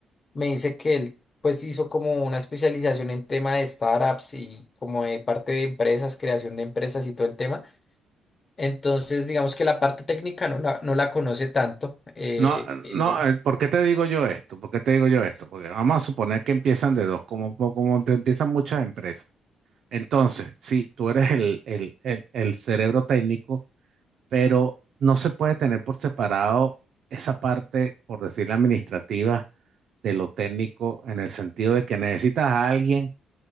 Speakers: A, on the left (about 35°); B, on the right (about 65°).
A: me dice que él pues hizo como una especialización en tema de startups y como de parte de empresas, creación de empresas y todo el tema. Entonces, digamos que la parte técnica no la, no la conoce tanto. eh,
B: No,
A: eh,
B: no, eh, ¿por qué te digo yo esto? ¿Por qué te digo yo esto? Porque vamos a suponer que empiezan de dos, como, po- como te empiezan muchas empresas. Entonces, sí, tú eres el, el, el, el cerebro técnico, pero no se puede tener por separado esa parte, por decir la administrativa, de lo técnico, en el sentido de que necesitas a alguien